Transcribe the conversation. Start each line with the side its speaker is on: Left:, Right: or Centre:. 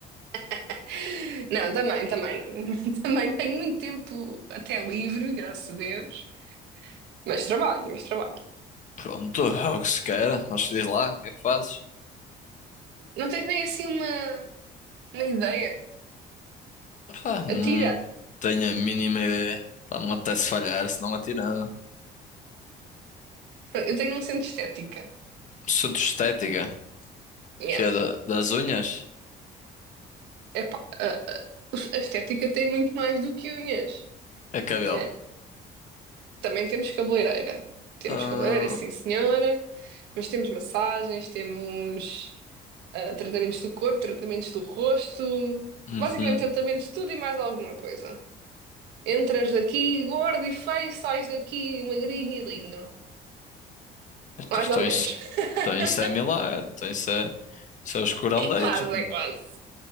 Right: <laughs> Não, também, também, não. <laughs> também tenho muito tempo até livre, graças a Deus. Mas trabalho, mas trabalho.
Left: Pronto, é o que se queira. Mas diz lá, o que é que fazes?
Right: Não tens nem assim uma, uma ideia?
Left: Pá, não
Right: Atira.
Left: tenho a mínima ideia. Pá, não me apetece falhar, se não atirava.
Right: Eu tenho um centro de estética.
Left: Centro estética,
Right: Yeah.
Left: que é da- das unhas,
Right: Epá, a, a a estética tem muito mais do que unhas,
Left: é cabelo.
Right: né Também temos cabeleireira. Temos
Left: Ah,
Right: cabeleireira, sim, senhora. Mas temos massagens, temos ah, tratamentos do corpo, tratamentos do rosto.
Left: uhum.
Right: Basicamente, tratamentos de tudo e mais alguma coisa. Entras daqui gordo e feio, sais daqui magrinho e lindo. Mais
Left: Então
Right: ou menos.
Left: isso,
Right: <laughs>
Left: então isso é milagre. Então isso é, isso é os curandeiros,
Right: É quase,
Left: mano.
Right: é quase.